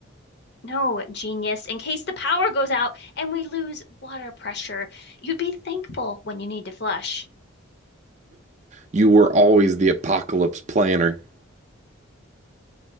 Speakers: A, on the left; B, on the right.
A: No, genius, in case the power goes out and we lose water pressure, you'd be thankful when you need to flush.
B: You were always the apocalypse planner.